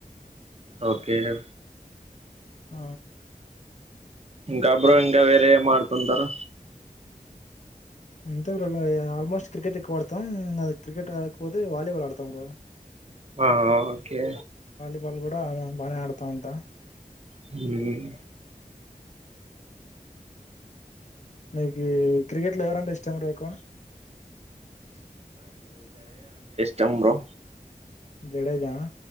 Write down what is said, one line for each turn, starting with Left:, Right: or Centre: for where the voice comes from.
Right: ఓకేే
Left: ఆ
Right: ఇంకా బ్రో ఇంకా వేరే ఏమి ఆడుతుంటారు.
Left: అంతే బ్రో ఏ ఆల్మోస్ట్ క్రికెట్ ఎక్కువ ఆడతాం అది క్రికెట్ ఆడకపోతే వాలీబాల్ ఆడతాం బ్రో
Right: ఆ ఓకే
Left: బాల్ కూడా బానే ఆడతా ఉంటాం
Right: హుమ్
Left: మీకు క్రికెట్లో ఎవరంటే ఇష్టం బ్రో ఎక్కువ
Right: చంబ్రో
Left: జడేజా నా